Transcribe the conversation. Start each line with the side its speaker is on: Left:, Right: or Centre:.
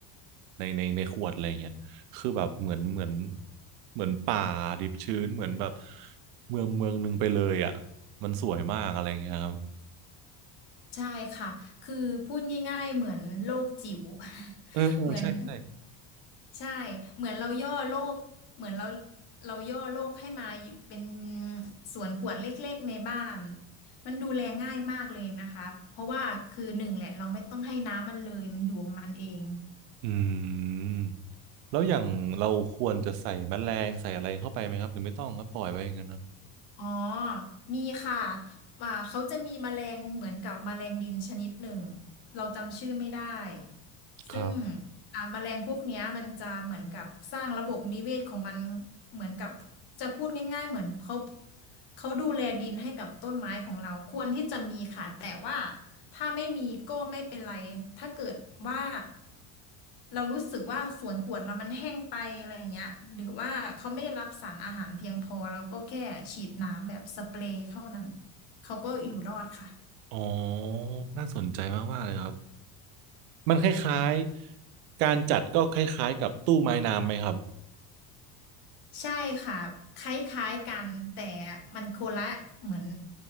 Right: ในในในขวดอะไรเงี้ยคือแบบเหมือนเหมือนเหมือนป่าดิบชื้นเหมือนแบบเมืองเมืองหนึ่งไปเลยอ่ะมันสวยมากอะไรเงี้ยครับ
Left: ใช่ค่ะ คือพูดง่ายๆเหมือนโลกจิ๋ว <laughs>
Right: เออเออใช่ใช่
Left: เหมือนใช่เหมือนเราย่อโลกเหมือนเราเราย่อโลกให้มาอยู่เป็นสวนขวดเล็กๆในบ้าน มันดูแลง่ายมากเลยนะคะ เพราะว่าคือหนึ่งแหละเราไม่ต้องให้น้ำมันเลยมันอยู่ของมันเอง
Right: อืมแล้วอย่างเราควรจะใส่แมลงใส่อะไรเข้าไปไหมครับหรือไม่ต้องครับปล่อยไว้อย่างนั้นครับ
Left: อ๋อ มีค่ะอ่าเขาจะมีแมลงเหมือนกับแมลงดินชนิดหนึ่งเราจำชื่อไม่ได้ ซึ่ง
Right: ครับ
Left: อ่าแมลงพวกเนี้ยมันจะเหมือนกับสร้างระบบนิเวศของมันเหมือนกับจะพูดง่ายๆเหมือนเขาเขาดูแลดินให้กับต้นไม้ของเราควรที่จะมีค่ะแต่ว่าถ้าไม่มีก็ไม่เป็นไรถ้าเกิดว่าเรารู้สึกว่าสวนกวนเรามันแห้งไปอะไรอย่างเงี้ยหรือว่าเขาไม่ได้รับสารอาหารเพียงพอเราก็แค่ฉีดน้ำแบบสเปรย์เท่านั้นเขาก็อยู่รอดค่ะ
Right: อ๋อน่าสนใจมากๆเลยครับ มันคล้ายๆการจัดก็คล้ายๆกับตู้ไม้น้ำไหมครับ
Left: ใช่ค่ะคล้ายๆกันแต่มันโคนละเหมือน